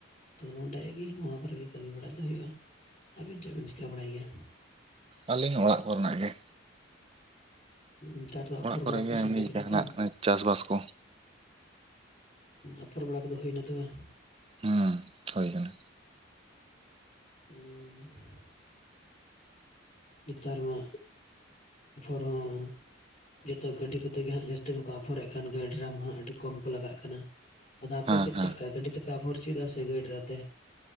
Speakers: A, on the left; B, on the right.
A: ᱛᱚ ᱱᱚᱸᱰᱮ ᱜᱮ ᱱᱚᱣᱟ ᱠᱚᱨᱮ ᱜᱮ ᱠᱟᱹᱢᱤ ᱵᱟᱲᱟ ᱫᱚ ᱦᱩᱭᱩᱜᱼᱟ ᱾ ᱟᱵᱤᱱ ᱪᱮᱫ ᱵᱤᱱ ᱪᱤᱠᱟᱹ ᱵᱟᱲᱟᱭ ᱜᱮᱭᱟ?
B: ᱟᱞᱤᱧ ᱚᱲᱟᱜ ᱠᱚᱨᱮᱱᱟᱜ ᱜᱮ᱾
A: ᱱᱮᱛᱟᱨ ᱫᱚ ᱟᱯᱷᱚᱨ
B: ᱚᱲᱟᱜ ᱠᱚᱨᱮ
A: ᱵᱟᱲᱟ ᱠᱚ
B: ᱜᱮ
A: ᱥᱚᱢᱚᱭ
B: ᱮᱢᱱᱤ
A: ᱠᱟᱱᱟ
B: ᱡᱟᱦᱟᱱᱟᱜ
A: ᱛᱚ᱾
B: ᱪᱟᱥᱵᱟᱥ ᱠᱚ
A: ᱟᱯᱷᱚᱨ ᱵᱟᱲᱟ ᱠᱚᱫᱚ ᱦᱩᱭᱱᱟ ᱛᱚᱵᱮ?
B: ᱦᱮᱸ ᱦᱩᱭ ᱠᱟᱱᱟ᱾
A: <unintelligible> ᱱᱮᱛᱟᱨ ᱢᱟ ᱟᱯᱷᱚᱨ ᱦᱚᱸ ᱡᱚᱛᱚ ᱜᱟᱹᱰᱤ ᱠᱚᱛᱮᱜᱮ ᱦᱟᱸᱜ ᱡᱟᱹᱥᱛᱤ ᱢᱟᱠᱚ ᱟᱯᱷᱚᱨᱮᱜ ᱠᱟᱱ ᱜᱟ ᱰᱨᱟᱢ ᱦᱟᱸᱜ ᱟᱹᱰᱤ ᱠᱚᱢ ᱠᱚ ᱞᱟᱜᱟᱜ ᱠᱟᱱᱟ᱾ ᱟᱫᱚ ᱟᱯᱮᱥᱮᱜ
B: ᱦᱮᱸ ᱦᱮᱸ
A: ᱪᱮᱫ ᱞᱮᱠᱟ ᱜᱟᱹᱰᱤ ᱛᱮᱯᱮ ᱟᱵᱚᱨ ᱦᱚᱪᱚᱭᱮᱫᱟ ᱥᱮ ᱜᱟᱹᱰᱤᱨᱟᱛᱮ?